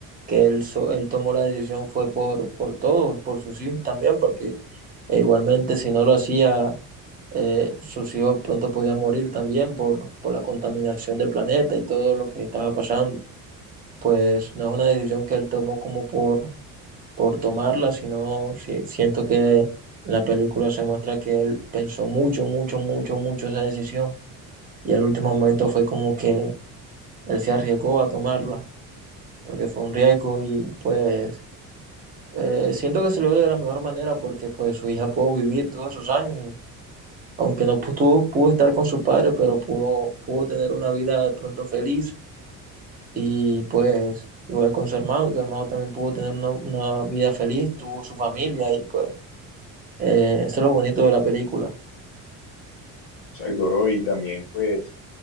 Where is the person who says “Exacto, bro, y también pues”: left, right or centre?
Left